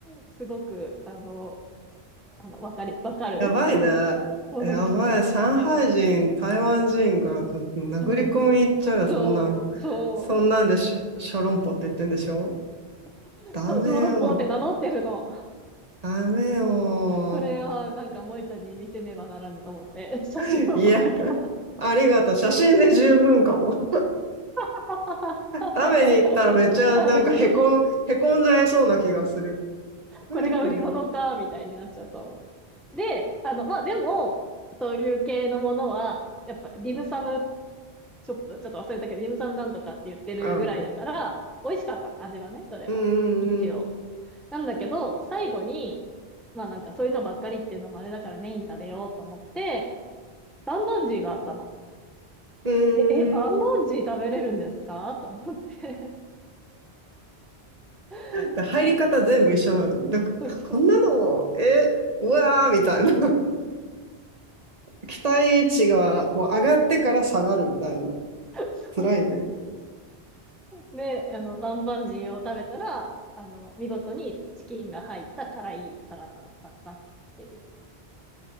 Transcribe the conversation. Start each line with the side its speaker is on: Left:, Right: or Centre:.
Centre: すごく、あの、あの、わかり、わかる
Right: やばいね。
Centre: <laughs> ものでした。
Right: やばい。上海人、台湾人がちょっと殴り込み行っちゃうよ、
Centre: うん。そう、
Right: そんなん。
Centre: そ
Right: そんなんでしょ、小籠包って言ってんでしょ
Centre: う、
Right: ダメよ。
Centre: そう、小籠包って名乗ってるの。
Right: ダメよ
Centre: これはなんか萌えちゃんに見せねばならぬと思って、写真を撮ってきた。
Right: <laughs> いや、ありがとう。写真で十分かも。
Centre: <laughs>
Right: 食べに行ったらめっちゃなんかへこん、
Centre: あ、別に、
Right: へこんじゃいそうな気がする。何これ
Centre: これが売り物か、みたいになっちゃうと思う。で、あの、まあ、でも、そういう系のものは、やっぱ、ディムサムショップ、ちょっと忘れたけど、ディムサムなんとかって言ってるぐらいだから、
Right: うん。
Centre: 美味しかったの、味はね、どれも。
Right: うんうんうん。
Centre: 一応。なんだけど、最後に、まあなんかそういうのばっかりっていうのもあれだからメイン食べようと思って、バンバンジーがあったの。
Right: うーん。
Centre: で、え、バンバンジー食べれるんですかと思って。<laughs>
Right: で入り方全部一緒なのに。なんか、
Centre: そう、
Right: あこんなのも、
Centre: そう。
Right: え、うわーみたいな。<laughs> 期待値がこう上がってから下がるみたいな。
Centre: そう
Right: 辛いね。
Centre: で、あの、バンバンジーを食べたら、あの、見事にチキンが入った辛いサラダだったっていう。